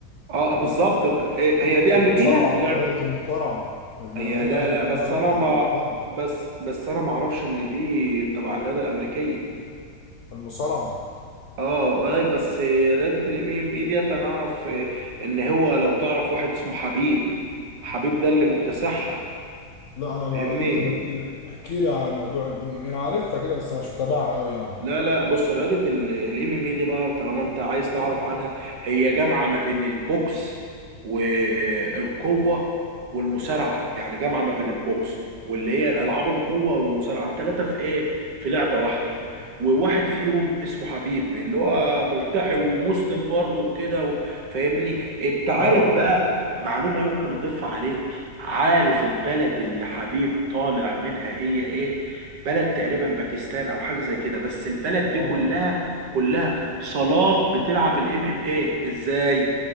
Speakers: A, on the right (about 65°); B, on the left (about 75°).
A: اه آه، بالظبط
B: اي
A: آه، هي دي
B: المصارعة
A: أمريكية لعب
B: رياضة المصارعة هي
A: هي
B: أمريكا
A: لا
B: اللي
A: لا
B: مطلعة
A: بس
B: رياضة
A: أنا
B: زي
A: ما
B: المصارعة
A: بس بس أنا ما أعرفش إن دي تبع الرياضة الأمريكية
B: المصارعة
A: اه اي بس رياضة الام ام اي ديت انا اعرف آه، ان هو لو تعرف واحد اسمه حبيب حبيب ده اللي مكتسحها
B: لا أنا ما
A: فاهمني
B: أنت ما تحكي احكي لي عن موضوع الام ام أنا عارفها كده بس مش متابعها أوي يعني
A: لا لا بص رياضة الام ام اي دي بقى طالما انت عايز تعرف عنها هي جامعة ما بين البوكس والقوة والمصارعة يعني جامعة ما بين البوكس واللي هي الالعاب القوة والمصارعة الثلاثة في ايه في لعبة واحدة وواحد فيهم اسمه حبيب اللي هو ملتحي ومسلم برضه وكده و- فاهمني انت عارف
B: آه آه
A: بقى معلومة يمكن اضيفها عليك عارف البلد اللي حبيب طالع منها هي ايه بلد تقريبا باكستان او حاجه زي كده بس البلد
B: آه
A: دي كلها كلها صالات بتلعب الام ام ايه ازاي